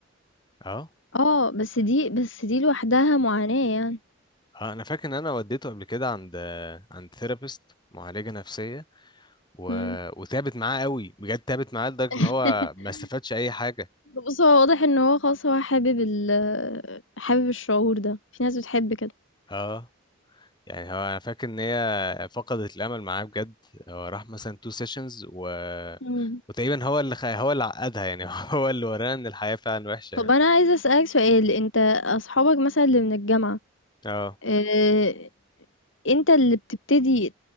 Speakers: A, on the left; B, on the left.
A: اه
B: اه بس دي بس دي لوحدها معاناة يعني
A: اه انا فاكر ان انا وديته قبل كده عند آه، عند ثيرابيست معالجه نفسيه و...
B: مم.
A: وتعبت معاه قوي بجد تعبت معاه لدرجه
B: <laughs>
A: ان هو ما استفادش اي حاجه
B: بص هو واضح ان هو خلاص هو حابب ال حابب الشعور ده في ناس بتحب كده
A: اه يعني هو انا فاكر ان هي فقدت الامل معاه بجد هو راح مثلا تو سيشنز و
B: مم.
A: وتقريبا هو اللي خ... هو اللي عقدها يعني <laughs> هو اللي ورانا ان الحياة فعلا وحشة
B: طب
A: يعني
B: انا عايزه اسالك سؤال انت اصحابك مثلا اللي من الجامعه
A: اه
B: اه انت اللي بتبتدي